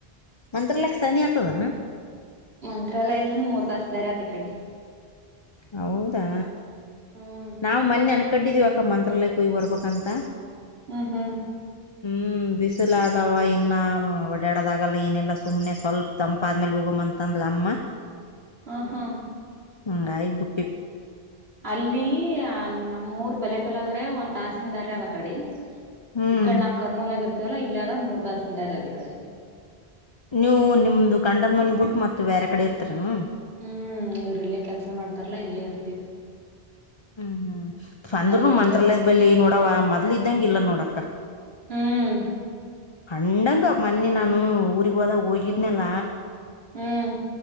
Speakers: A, on the left; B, on the right.
A: ಮಂತ್ರಲ್ಲಯಕ್ಕ ಸನಿ ಆಗ್ತದನಾ.
B: ಮಂತ್ರಾಲಯಲ್ಲ ಮೂರು ತಾಸ ದಾರ ಅಕೆಡೆ.
A: ಹೌದಾ
B: ಹ್ಮ್
A: ನಾವು. ಮನ್ನೆ ಅನ ಕಟ್ಟಡಿದೀವಿ ಅಕ್ಕ ಮಂತ್ರಾಲಯ ಹೋಯ್ ಬರ್ಬಬೇಕ್ ಅಂತ.
B: ಹ್ಮ ಹ್ಮ
A: ಹ್ಮ್ ಬಿಸಿಲವ ಇನ್ನ ಓಡಾಡದಾಗಲ್ಲ ಏನಲ್ಲ ಸುಮ್ಮ್ನೆ ಸ್ವಲ್ಪ. ತಂಪಾದ್ಮೇಲೆ ಹೋಗ್ಂತಂದ ಲಮ್ಮ.
B: ಹಾ ಹಾ
A: ಹ ಆಗಗ್ಬುಟ್ಟಿ
B: ಅಲ್ಲಿ ನಮ್ಮೂರ್ ಬೆಲೆ ಕಾಲಾದ್ರೆ ಒಂದ ತಾಸಿಂದಾರ ಅವ ಕಡೆ.
A: ಹ್ಮ್
B: ಈ ಕಡೆ ನಾ ಕರ್ನೋಲ ಆಗ ಇರ್ತೇವಲ್ಲ ಇಲ್ಲ ಆದ ಮೂರ್ ತಾಸ್ ಇದಿಂದಾರೆ ಅದ ಈ ಕಡೆ.
A: ನೀವು ನಿಮ್ದು ಗಂಡನ್ ಮನಿ ಬಿುಟ್ಟು ಮತ್ತೆ ಬೇರೆ ಕಡೆ ಇರ್ತರನು.
B: ಹ್ಮ್ ಇವರ್ ಇಲ್ಲೇ ಕೆಲ್ಸ ಮಾಡ್ತಾರಾ ಇಲ್ಲೇ ಇರ್ತಿವಿ.
A: ಹ್ಮ್ ಹ್ಮ್ ಅಂದ್ರುನು
B: ಅಲ್ಲಿ ಇರ್ತ
A: ಮಂತ್ರಾಲಯದ ಬಳಿ ನೋಡವ ಮೊದ್ಲ ಇದ್ದಂಗ ಇಲ್ಲ ನೋಡಕ್ಕ.
B: ಹ್ಮ್
A: ಹಂಡಂಗ ಮೊನ್ನಿ ನಾನು ಊರಿಗ್ ಹೋದಾಗ ಹೋಗಿದ್ನಲ್ಲ.
B: ಹ್ಮ್